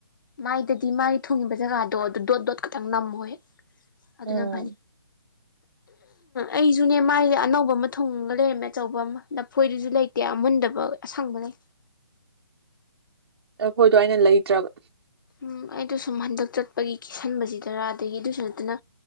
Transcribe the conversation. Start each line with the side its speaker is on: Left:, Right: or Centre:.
Left: ꯃꯥꯏꯗꯗꯤ ꯃꯥꯒꯤ ꯊꯣꯡꯉꯤꯕ ꯖꯒꯥꯗꯣ ꯑꯗꯨ ꯗꯣꯠ ꯗꯣꯠ ꯈꯛꯇꯪ ꯅꯝꯃꯣꯌꯦ ꯑꯗꯨꯅ
Right: ꯎꯝ
Left: ꯐꯅꯤ ꯑꯩꯖꯄꯅꯦ ꯃꯥꯏꯁꯦ ꯑꯅꯧꯕ ꯑꯃ ꯊꯨꯡꯉꯒ ꯂꯩꯔꯝꯃꯦ ꯑꯆꯧꯕ ꯑꯃ ꯅꯐꯣꯏꯗꯨꯁꯨ ꯂꯩꯇꯦ ꯑꯃꯨꯟꯗꯕ ꯑꯁꯪꯕ ꯂꯩ
Right: ꯂꯐꯣꯏꯗꯣ ꯑꯩꯅ ꯂꯩꯗ꯭ꯔꯕ
Left: ꯎꯝ ꯑꯩꯗꯣ ꯁꯨꯝ ꯍꯟꯗꯛ ꯆꯠꯄꯒꯤ ꯀꯦꯁꯟꯕꯖꯤꯗꯔꯥ ꯑꯗꯒꯤ ꯑꯗꯨꯏꯖꯨ ꯅꯠꯇꯅ